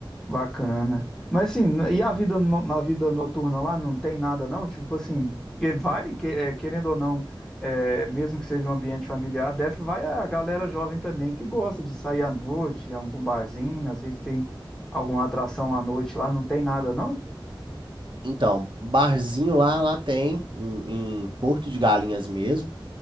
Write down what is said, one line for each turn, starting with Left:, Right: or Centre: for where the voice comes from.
Centre: Bacana. Mas assim, e a vida no- na vida noturna lá não tem nada não? Tipo assim, e vai, que- é, querendo ou não, é, mesmo que seja um ambiente familiar, deve que vai a galera jovem também que gosta de sair à noite, ir a algum barzinho, às vezes tem alguma atração à noite lá, não tem nada não?
Right: Então, barzinho lá, lá tem, em, em Porto de Galinhas mesmo.